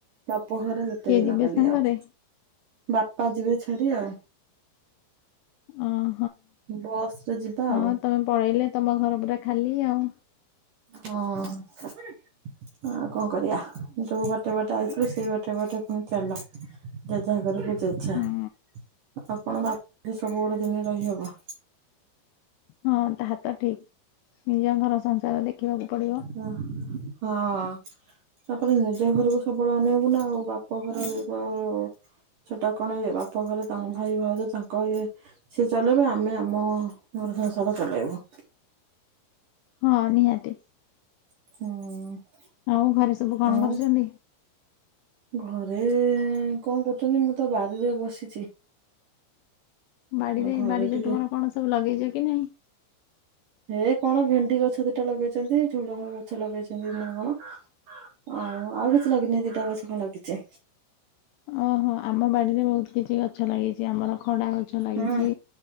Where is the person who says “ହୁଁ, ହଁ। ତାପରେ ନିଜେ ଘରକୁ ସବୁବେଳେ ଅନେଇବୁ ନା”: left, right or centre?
Right